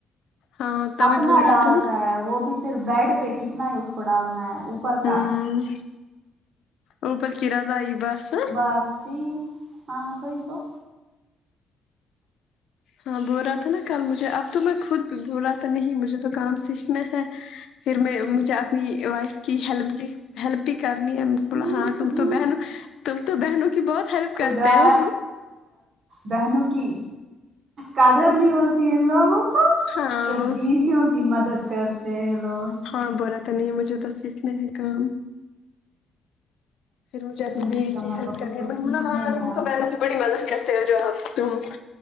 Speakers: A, on the left; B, on the right.
A: ہاں تبھی
B: اپنا
A: بول رہا
B: ڈالتا
A: تھا نا
B: ہے وہ بھی پھر بیڈ پہ کتنا ہی اس پر ڈالنا ہے اوپر کا
A: ہوں اوپر کی رضائ بس
B: بس ٹھیک ہاں بالکل
A: ہاں بول رہا تھا نا کل مجھے اب تو میں خود بول رہا تھا نہیں مجھے تو کام سیکھنا ہے پھر میں مجھے اپنی وائف کی ہیلپ دی ہیلپ بھی کرنی ہے بولا
B: ہوں،
A: ہاں تم
B: ہوں،
A: تو بہن تم تو بہنوں کی بہت ہیلپ کرتے
B: خدا
A: ہو
B: بہنوں کی قدر نہیں ہوتی لوگوں کو
A: ہاں
B: پھر بیویوں کی مدد کرتے ہیں لوگ
A: ہاں برا تو نہیں مجھے تو سیکھنا ہے کام فھروی اپنی
B: ٹھیک
A: بیوی
B: اس کا
A: کی
B: مطلب
A: ہیلپ کر
B: اس کو سیکھنے
A: منا ہ
B: ہیں اب
A: بے کی بی مدد کرتے جو آب تم